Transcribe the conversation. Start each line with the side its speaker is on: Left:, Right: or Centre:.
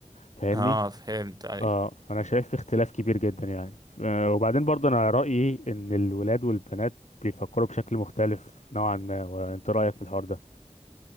Left: فاهمني؟
Right: اه فهمت أيوه.
Left: اه فأنا شايف في اختلاف كبير جدا يعني ف- وبعدين برضه أنا رأيي إن الولاد والبنات بيفكروا بشكل مختلف نوعا ما وأنت رأيك في الحوار ده؟